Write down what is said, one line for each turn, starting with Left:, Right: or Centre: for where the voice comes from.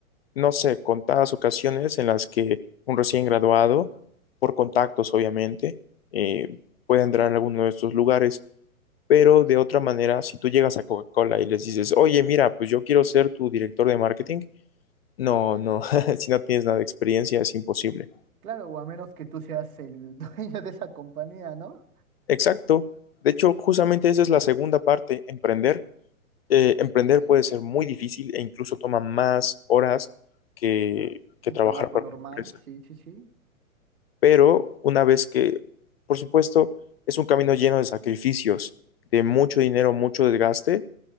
Left: no sé, contadas ocasiones en las que un recién graduado, por contactos obviamente, eh, puede entrar en alguno de estos lugares. Pero de otra manera, si tú llegas a Coca-Cola y les dices, oye, mira, pues yo quiero ser tu director de marketing, no, no, <laughs> si no tienes nada de experiencia es imposible.
Right: Claro, o a menos que tú seas el <laughs> dueño de esa compañía, ¿no?
Left: Exacto. De hecho, justamente esa es la segunda parte, emprender. Eh, emprender puede ser muy difícil e incluso toma más horas que, que
Right: Un
Left: trabajar
Right: trabajo
Left: para
Right: normal,
Left: una empresa.
Right: sí, sí, sí.
Left: pero una vez que, por supuesto, es un camino lleno de sacrificios, de mucho dinero, mucho desgaste,